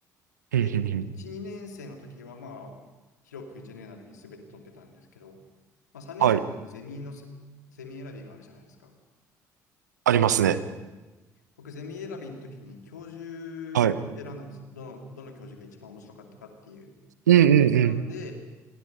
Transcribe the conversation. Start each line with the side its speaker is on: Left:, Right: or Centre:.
Right: うん、
Left: で、
Right: うん、うん。
Left: 1、2年生の時はまあ、広くジェネラルに全て取ってたんですけど、まあ3年生だったらゼミのせ、
Right: はい。
Left: ゼミ選びがあるじゃないですか。
Right: ありますね。
Left: で、僕ゼミ選びの時に教授選んだんですよ。
Right: はい。
Left: どの、どの教授が一番面白かったかっていう。
Right: うん、うん、
Left: なんで、